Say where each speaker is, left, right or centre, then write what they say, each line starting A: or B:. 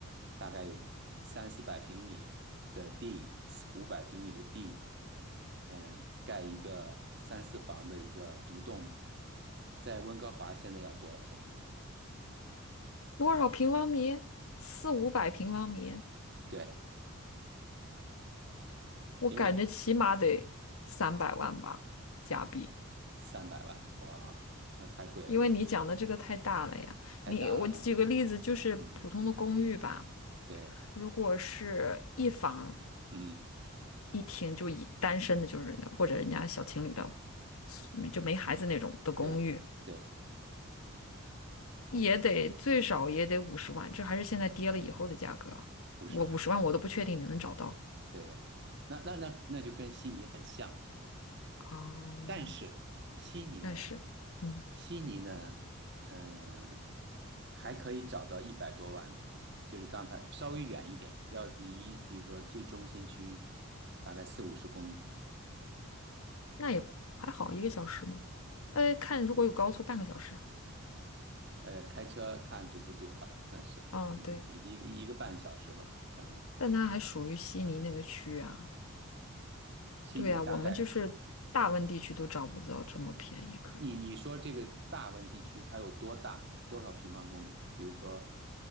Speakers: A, on the right; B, on the left.
A: 大概有三四百平米的地，五百平米的地。嗯，盖一个三四房的一个独栋，在温哥华现在要多少钱？
B: 多少平方米？四五百平方米，
A: 对，因为
B: 我感觉起码得三百万吧，加币。
A: 三百万，哇，那太贵了，
B: 因为你讲的这个太大了呀。
A: 太大了啊。
B: 你我举个例子，就是普通的公寓吧，
A: 嗯，对，
B: 如果是一房
A: 嗯，
B: 一厅，就以单身的，就是或者人家小情侣的，嗯就没孩子那种的公寓，
A: 对，对，
B: 也得最少也得五十万，这还是现在跌了以后的价格。
A: 五十万，
B: 我五十万我都不确定你能找到。
A: 对，那那那那就跟悉尼很像。
B: 哦，
A: 但是悉尼呢，
B: 但是，嗯，
A: 悉尼呢，嗯、还可以找到一百多万的，就是刚才稍微远一点，要离比如说最中心区大概四五十公里，
B: 那也还好，一个小时嘛。哎，看如果有高速，半个小时。
A: 呃，开车看堵不堵了，那是，
B: 嗯，
A: 嗯，
B: 对，
A: 一一个一个半小时吧，可能
B: 但它还属于悉尼那个区啊。
A: 悉尼大概，
B: 对呀，我们就是大温地区都找不到这么便宜，可能。
A: 你你说这个大温地区它有多大，多少平方公里？比如说